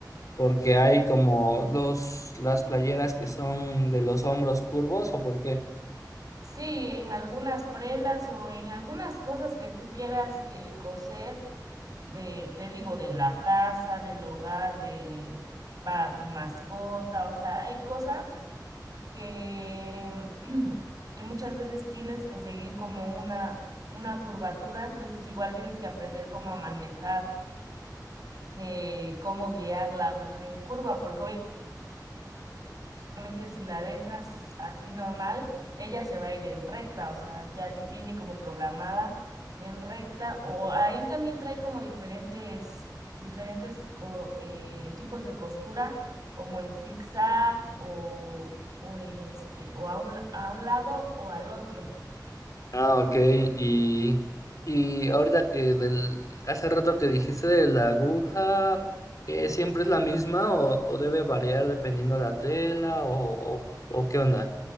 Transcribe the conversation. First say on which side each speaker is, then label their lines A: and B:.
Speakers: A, on the left; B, on the right.
A: Porque hay como los, las playeras que son de los hombros curvos, ¿o por qué?
B: Sí, en algunas prendas o en algunas cosas que tú quieras eh, coser, de, te digo, de la casa, del hogar, de para tu mascota, o sea, hay cosas que, <clears throat> que muchas veces tienes que seguir como una, una curvatura, entonces igual tienes que aprender cómo a manejar, eh, cómo guiar la aguja en curva, porque Realmente si la dejas así normal, ella se va a ir en recta, o sea, ya ti- viene como programada en recta, o ahí también trae como diferentes, diferentes co- eh, tipos de costura, como en zigzag o, o en este, o a un, la- a un lado o al otro.
A: Ah, ok. Y, y ahorita que del, hace rato que dijiste de la aguja, ¿que siempre es la misma o, o debe variar dependiendo la tela o, o, o qué onda?